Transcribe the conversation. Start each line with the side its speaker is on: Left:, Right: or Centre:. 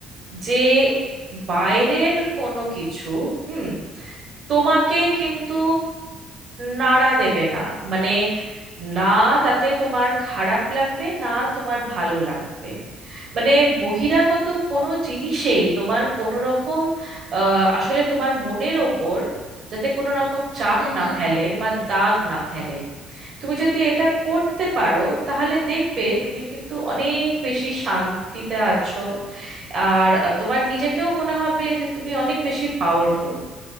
Right: যে বাইরের
Left: হুম হুম
Right: কোনো কিছু হুম তোমাকে কিন্তু নাড়া দেবে না মানে না তাতে তোমার খারাপ লাগবে না তোমার ভালো লাগবে মানে বহিরাগত কোনো জিনিসেই তোমার কোনো রকম আহ, আসলে তোমার মনের ওপর যাতে কোনো রকম চাপ
Left: হুম
Right: না
Left: হুম
Right: ফেলে বা দাগ না ফেলে তুমি যদি এটা করতে পারো তাহলে দেখবে তুমি কিন্তু অনেক বেশি শান্তিতে আছো আর আহ, তোমার নিজেকেও মনে হবে যে তুমি অনেক বেশি পাওয়ারফুল